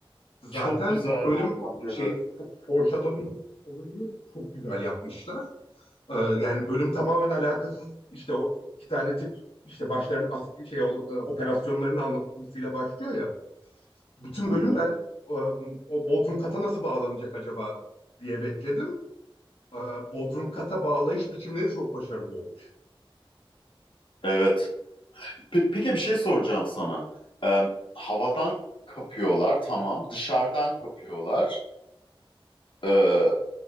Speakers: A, on the left; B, on the left.
A: Zaten
B: Çok güzeldi
A: bölüm
B: o sahnede.
A: şey fo- foreshadowing olayını çok güzel yapmışlar. Ee, yani bölüm tamamen alakasız işte o iki tane tip işte başlarının askeri şey ol- e, operasyonlarını anlatmasıyla başlıyor ya. Bütün
B: Hı hı.
A: bölüm ben e, o Bodrum kata nasıl bağlanacak acaba diye bekledim. E, Bodrum kata bağlayış biçimleri çok başarılı olmuş.
B: Evet. Pe- Peki bir şey soracağım sana. Ee, havadan kapıyorlar tamam. Dışarıdan kapıyorlar. Ee,